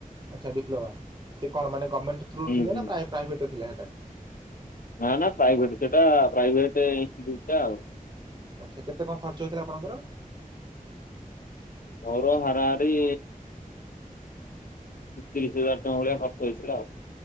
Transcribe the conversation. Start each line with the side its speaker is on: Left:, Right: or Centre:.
Right: ଆଚ୍ଛା ଡିପ୍ଲୋମା ସେ କଣ ମାନେ ଗମେଣ୍ଟ ଥ୍ରୁରୁ
Left: ହୁଁ
Right: ଥିଲେ
Left: ହୁଁ
Right: ନା ପ୍ରା ପ୍ରାଇଭେଟରେ ଥିଲେ ହେଟା?
Left: ନା ନା ପ୍ରାଇଭେଟେ ସେଟା ପ୍ରାଇଭେଟେ ଇନ୍ଷ୍ଟିଚ୍ୟୁଟ୍ ଆଉ।
Right: ଆଚ୍ଛା କେତେ କଣ ଖର୍ଚ୍ଚ ହେଇଥିଲା ଆପଣଙ୍କର?
Left: ମୋର ହାରାହାରି ତିରିଶ ହଜାର ଟଙ୍କା ଭଳିଆ ଖର୍ଚ୍ଚ ହେଇଥିଲା ଆଉ।